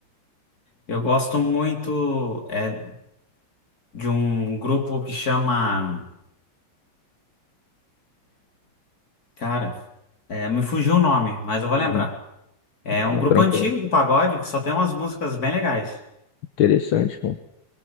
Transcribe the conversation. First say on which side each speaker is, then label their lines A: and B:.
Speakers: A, on the left (about 45°); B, on the left (about 70°).
A: Eu gosto muito é, de um grupo que chama. Cara, é, me fugiu o nome, mas eu vou
B: Uhum.
A: lembrar. É um
B: Não,
A: grupo
B: tranquilo.
A: antigo de pagode que só tem umas músicas bem legais.
B: Interessante, mano.